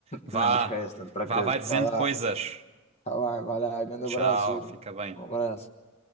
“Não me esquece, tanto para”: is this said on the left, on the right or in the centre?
Left